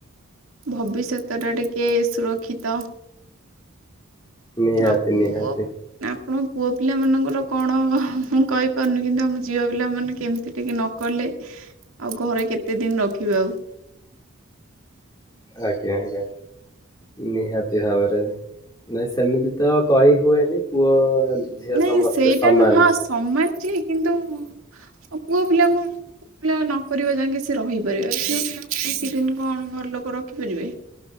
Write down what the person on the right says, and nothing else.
ଭବିଷ୍ୟତଟା ଟିକେ ସୁରକ୍ଷିତ
<unintelligible>
ଆପଣଙ୍କ ପୁଅ ପିଲାମାନାନଙ୍କର କଣ ମୁଁ କହିପାରୁନି କିନ୍ତୁ ଆମ ଝିଅ ପିଲାମାନେ କେମିତି ଟିକେ ନ କଲେ ଆଉ ଘରେ କେତେ ଦିନ ରଖିବେ ଆଉ।
ନାଇଁ
ସେଇଟା
ନୁହଁ ସମାନଛି କିନ୍ତୁ ପୁଅ ପିଲାଙ୍କୁ ପୁଅ ପିଲା ନ କରିବା ଯାକେ ସେ ରହିପାରିବେ। ଝିଅ ପିଲା କିଛିଦିନ କଣ ଘର ଲୋକ ରଖିପାରିବେ।